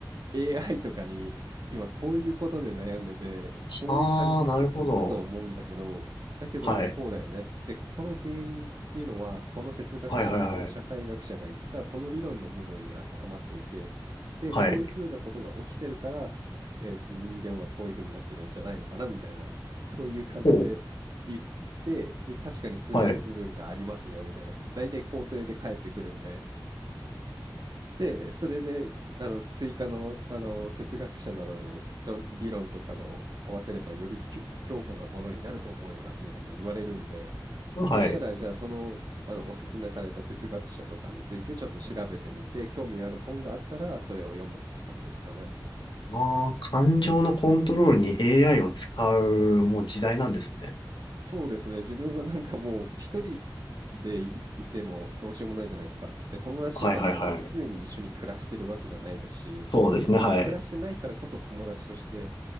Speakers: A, on the right; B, on the left.
A: AI とかに今こういうことで悩んでて、こういう感じだと思うんだけど、
B: ああー、なるほど。
A: だけどこうだよね。
B: はい。
A: で、ここの原因っていうのは、この哲学者やこの社会学者が言ったこの理論の部分に当てはまっていて、
B: はいはいはい。
A: で、
B: はい。
A: こういうふうなことが起きてるから、えっと、人間はこういうふうになってるんじゃないのかなみたいな、そういう感じで言って、
B: おう。
A: で、確かに通じる部分がありますよみたいな、
B: はい。
A: 大体肯定で返ってくるんで、で、それで、あの、追加の、あの、哲学者などの論理論とかを合わせれば、よりきゅ強固なものになると思いますみたいな言われるんで、
B: はい。
A: で、そしたら、じゃあ、その、あの、おすすめされた哲学者とかについてちょっと調べてみて、興味ある本があったら、それを読むって感じですかね。
B: ああ、感情のコントロールに AI を使う、もう時代なんですね。
A: そうですね、自分はなんかもう、一人でい、いてもどうしようもないじゃないですか。で、友達とかも常に一緒に暮らしてるわけじゃないですし、
B: はいはいはい。そうですね、
A: 常に暮らしてないからこそ友達として、
B: はい。